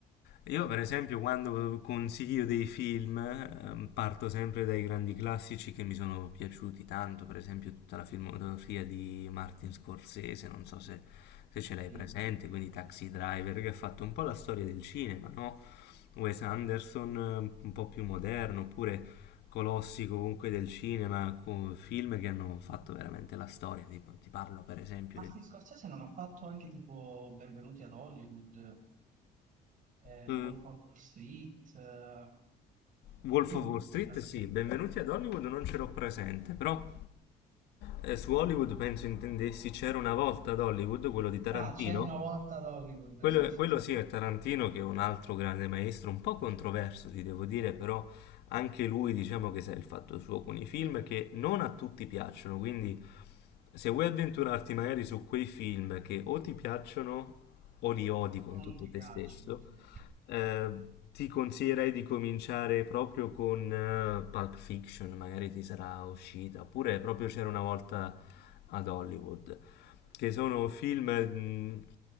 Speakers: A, on the left (about 75°); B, on the right (about 50°).
A: Io per esempio quando consiglio dei film ehm, parto sempre dai grandi classici che mi sono piaciuti tanto, per esempio tutta la filmografia di Martin Scorsese, non so se, se ce l'hai
B: Sì,
A: presente,
B: sì,
A: quindi
B: sì.
A: Taxi Driver che ha fatto un po' la storia del cinema, no? Wes Anderson eh, un po' più moderno, oppure colossi comunque del cinema, con film che hanno fatto veramente la storia, tipo, ti parlo per esempio
B: Martin Scorsese non ha fatto anche tipo Benvenuti ad Hollywood, eh,
A: del...
B: The Wolf of Wall Street, eh,
A: Wolf
B: dei film
A: of Wall Street,
B: importanti.
A: sì, benvenuti ad Hollywood, non ce l'ho presente, però eh, su Hollywood penso intendessi C'era una volta ad Hollywood, quello di Tarantino.
B: Ah, c'era una volta ad Hollywood,
A: Quello,
B: sì, sì,
A: quello
B: sì.
A: sì è Tarantino che è un altro grande maestro, un po' controverso, ti devo dire, però anche lui diciamo che sa il fatto suo con i film che non a tutti piacciono, quindi se vuoi avventurarti magari su quei film che o ti piacciono o li odi con
B: Non
A: tutto
B: ti piacciono,
A: te stesso,
B: sì.
A: eh, ti consiglierei di cominciare proprio con eh, Pulp Fiction, magari ti sarà uscita, oppure proprio c'era una volta ad Hollywood, che sono film mh,